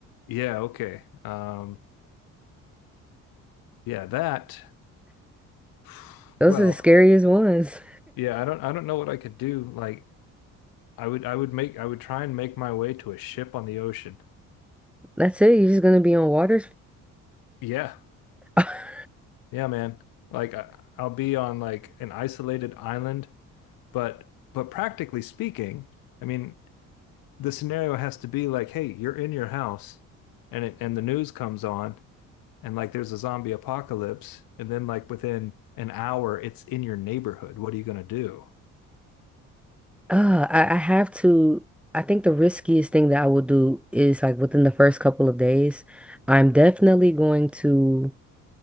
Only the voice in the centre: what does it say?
Those
are the scariest ones.
That's it. You're just gonna be on water.
<laughs>
Uh, I, I have to. I think the riskiest thing that I will do is like within the first couple of days, I'm definitely going to